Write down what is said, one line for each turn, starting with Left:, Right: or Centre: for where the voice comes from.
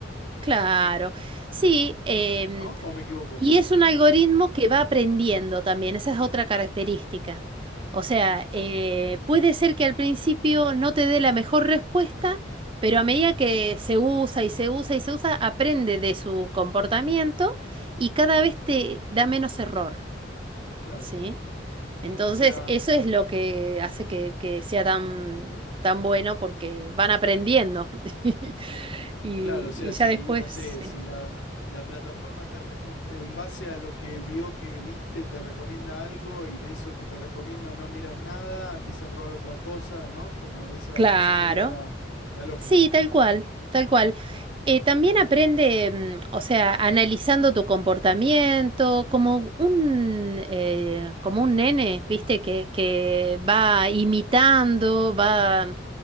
Right: claro, sí. em,
Left: ¿no? ¿O me equivoco?
Right: Y es un algoritmo que va aprendiendo también, esa es otra característica. O sea, eh, puede ser que al principio no te dé la mejor respuesta, pero a medida que se usa y se usa y se usa, aprende de su comportamiento y cada vez te da menos error,
Left: Claro.
Right: ¿sí? Entonces,
Left: O sea,
Right: eso es lo que hace que, que sea tan, tan bueno porque van aprendiendo. <laughs> Y,
Left: claro, o sea,
Right: y
Left: si,
Right: ya después,
Left: no sé, si
Right: sí.
Left: la, la plataforma te reco- en base a lo que vio que viste te recomienda algo y de eso que te recomienda no miras nada, empieza a probar otra cosa, ¿no? Como de esa,
Right: Claro.
Left: esa sería la, la lógica.
Right: Sí, tal cual, tal cual. Eh, también aprende, mm, o sea, analizando tu comportamiento, como un, eh, como un nene, ¿viste? Que, que va imitando, va,